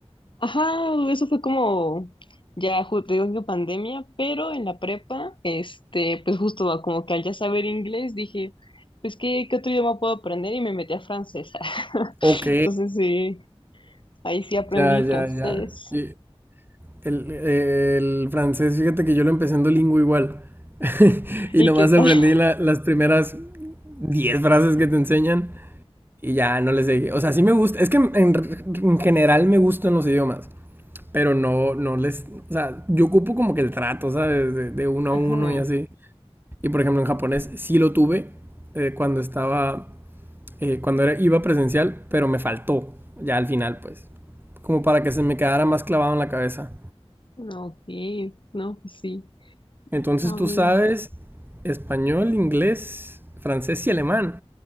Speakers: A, on the left; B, on the right.
A: Ajá, eso fue como, ya ju- te digo que pandemia, pero en la prepa, este, pues justo como que al ya saber inglés dije, pues qué, qué otro idioma puedo aprender y me metí a francés. <laughs>
B: Ok,
A: Entonces sí, ahí sí aprendí
B: ya, ya,
A: francés.
B: ya. Y El, el francés, fíjate que yo lo empecé en Duolingo igual. <laughs> Y
A: ¿Y
B: nomás
A: qué tal?
B: aprendí
A: <laughs>
B: la- las primeras 10 frases que te enseñan y ya no les seguí. O sea, sí me gusta. Es que en, en general me gustan los idiomas, pero no, no les. O sea, yo ocupo como que el trato, ¿sabes? De, de uno
A: Ajá,
B: a uno y así. Y por ejemplo, en japonés sí lo tuve eh, cuando estaba eh, cuando era, iba presencial, pero me faltó ya al final, pues. Como para que se me quedara más clavado en la cabeza.
A: no, ok, no, pues sí,
B: Entonces
A: a
B: tú
A: ver.
B: sabes español, inglés, francés y alemán.